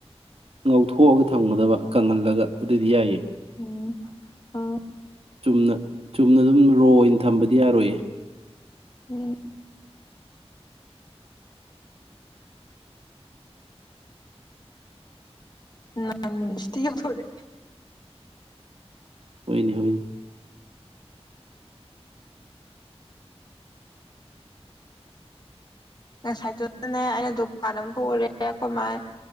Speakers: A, on the right; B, on the left.
A: ꯉꯧꯊꯣꯛꯑꯒ ꯊꯝꯒꯗꯕ ꯀꯪꯍꯜꯂꯒ ꯑꯗꯨꯗꯤ ꯌꯥꯏꯌꯦ
B: ꯎꯝ ꯑ
A: ꯆꯨꯝꯅ ꯆꯨꯝꯅ ꯑꯗꯨꯝ ꯔꯣ ꯑꯣꯏꯅ ꯊꯝꯕꯗꯤ ꯌꯥꯔꯣꯏꯌꯦ
B: ꯎꯝ ꯅ ꯃꯤꯁꯇꯗꯔꯦ
A: ꯑꯣꯏꯣꯏꯅꯦ ꯍꯣꯏꯅꯦ
B: ꯉꯁꯥꯏꯗꯨꯗꯅꯦ ꯑꯩꯅ ꯗꯨꯀꯥꯟ ꯑꯃ ꯄꯨꯔꯦ ꯀꯃꯥꯏ